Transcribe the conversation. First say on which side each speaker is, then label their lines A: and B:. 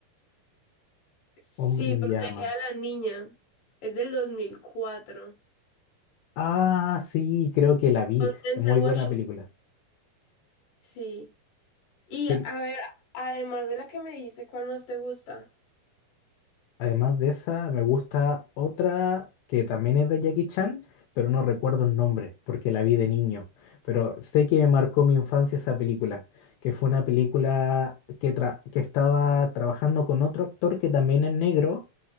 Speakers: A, on the left; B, on the left.
A: Sí,
B: Hombre en
A: protege
B: llamas.
A: a la niña. Es del dos mil cuatro
B: Ah, sí, creo que la vi.
A: Con Denzel
B: Es muy
A: Washington.
B: buena película.
A: Sí. Y
B: Sí,
A: a ver, además de la que me dijiste, ¿cuál más te gusta?
B: Además de esa, me gusta otra que también es de Jackie Chan, pero no recuerdo el nombre porque la vi de niño. Pero sé que me marcó mi infancia esa película, que fue una película que, tra- que estaba trabajando con otro actor que también es negro,